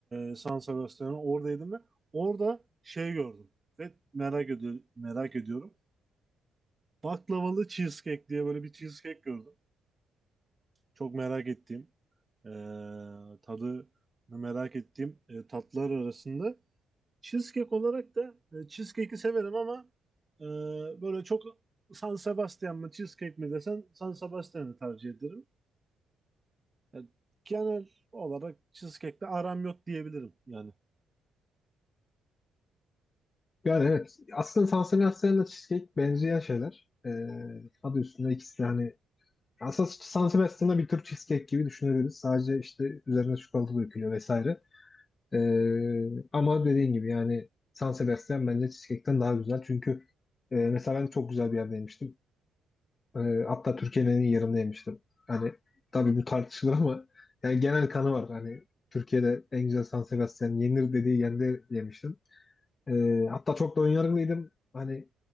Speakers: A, on the right (about 25°); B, on the left (about 35°).
A: e, San Sebastian'ı orada yedim ve orada şey gördüm ve merak ediyorum merak ediyorum. Baklavalı cheesecake diye böyle bir cheesecake gördüm. Çok merak ettiğim e, tadı merak ettiğim e, tatlar arasında. Cheesecake olarak da e, cheesecake'i severim ama e, böyle çok San Sebastian mı cheesecake mi desen San Sebastian'ı tercih ederim. Yani genel olarak cheesecake'le aram yok diyebilirim yani.
B: Yani evet. Aslında Sansebastian'la cheesecake benzeyen şeyler. Ee, adı üstünde ikisi de hani aslında San bir tür cheesecake gibi düşünebiliriz. Sadece işte üzerine çikolata dökülüyor vesaire. Ee, ama dediğin gibi yani San Sebastian bence cheesecake'ten daha güzel. Çünkü e, mesela ben çok güzel bir yerde yemiştim. Ee, hatta Türkiye'nin en iyi yerinde yemiştim. Hani tabii bu tartışılır ama yani genel kanı var. Hani Türkiye'de en güzel San Sebastian yenir dediği yerde yemiştim. Ee, hatta çok da önyargılıydım. Hani